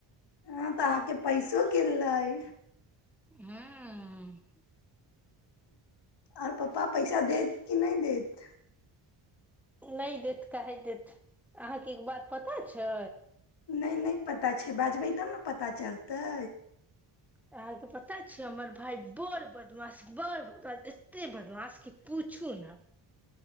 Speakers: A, on the left (about 60°); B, in the centre.
A: हँ तऽहाँके पैसो कनइ
B: हँ
A: आर पप्पा पैसा देत कि नहि देत
B: नहि देत के देत अहाँके बात पता छै
A: नहि नहि पता छै बाजबै तब ने पता चलतै
B: अहाँके पता छ हमर भाय बड़ बदमाश बड़ बदमाास एते बदमाास कि पूछू ने